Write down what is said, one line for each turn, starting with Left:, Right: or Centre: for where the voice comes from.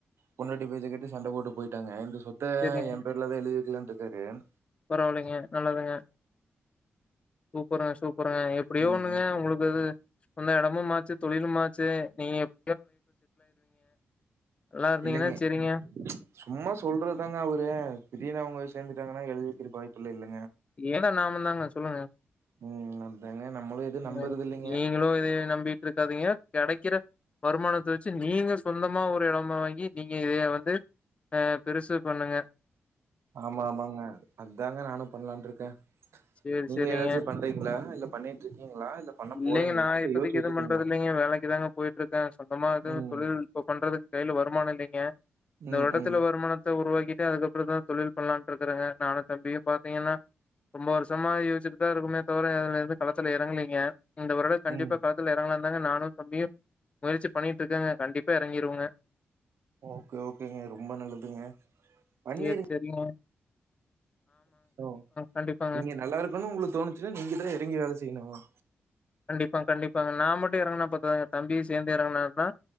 Right: பொண்டாட்டி பேச்ச கேட்டு சண்ட போட்டு போயிட்டாங்க <unintelligible> சொத்த
Left: சேரிங்க.
Right: என் பேர்ல தான் எழுதி வைக்கலான் டிக்கறேன்
Left: பரவாயில்லைங்க நல்லதுங்க சூப்பரா சூ ப்பரா எப்டியோ
Right: ம்
Left: ஒண்ணுங்க ஒங்களுக்கு அது அந்த எடமும் மார்ச்சி தொழிலும் மார்ச்சி நீங்க எப் நல்லா இருந்தீங்கன்னா
Right: இல்லைங்க
Left: சரிங்க.
Right: சும்மா சொல்றதாங்க அவுரு திடீர்னு அவுங்க சேந்து ட்டாங்கனா எழுதிறத்துக்கு வாய்ப்பில்ல இல்ல
Left: எடம் நாம தாங் ம்ம சொல்லுங்க
Right: ம் அதாங்க நம்மளும் எதுவும் நம்புறது
Left: ம்
Right: இல்லைங்க
Left: நீங்களும் இதயே நம்பிட்டு இருக்காதீங்க கெடைக்கிற வருமானத்த வச்சு நீங்க சொந்தமா ஒரு எடம்மா வாங்கி நீங்க இதயா வந்து ஆ பெருசு பண்ணுங்க
Right: ஆமா ஆமாங்க அதாங்க நானும் பண்ணலான்ட்டு இருக்கேன்
Left: செரி
Right: நீங்க
Left: செரிங்க
Right: ஏதாச்சும் பண்றீங்களா இல்ல பண்ணிட்டு இருக்கீங்களா இல்ல பண்ண
Left: இல்லைங்க
Right: போறீங்களா
Left: நா
Right: இல்ல
Left: இப்போத்திக்கு
Right: யோசிச்சு வச்சுட்டீங்களா
Left: எதும் பண்றது இல்லைங்க வேலைக்கு தாங்க போயிட்டு இருக்கேன் சொந்தமா எதும்
Right: ம்
Left: தொழில் இப்போ பண்றதுக்கு கையில வரு மானம் இல்லீங்க இந்த
Right: ம்
Left: வருடத்துல்ல
Right: ம்
Left: வருமானத்த உருவாக் கிட்டு அதுக்கப்புறம் தான் தொழில் பண்ணலான்ட்டு இருக்கறங்க நானும் தம்பியும் பாத் தீங்கன்னா ரொம்ப வருஷமா யோசிட்டுதா இருக்கமே தவிர அதுல இருந்து கலத்துல எறங்கலீங்க இந்த வருடம் கண்டிப்பா
Right: ம்
Left: கலத்துல இறங்கலான் நானும் தம்பியும் முயற்சி பண்ணிட்டு இருக்கங்க கண்டிப்பா இறங்கிருவுங்க
Right: ஓகே ஓகேங்க ரொம்ப நல்லதுங்க பண்ணிருங்க
Left: செர் செரிங்க
Right: ஓ
Left: கண்டிப்பாங்க,
Right: நீங்க நல்லா இருக்குனுன் உங்களுக் தோணுச்சுன்னா நீங்கதான் இறங்கி வேல செய்யணுங்க
Left: கண்டிப்பா கண்டிப்பாங்க நா மட்டும் இறங்கனா பத்தாதுங்க தம்பியும் சேர்ந்து இறங்கினா தா